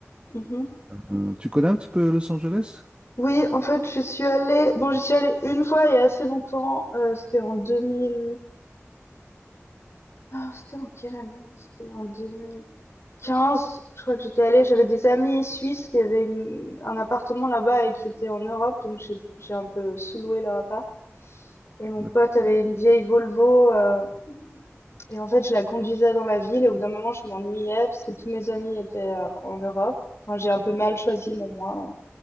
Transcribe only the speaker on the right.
Euh, tu connais un petit peu Los Angeles?
D'accord.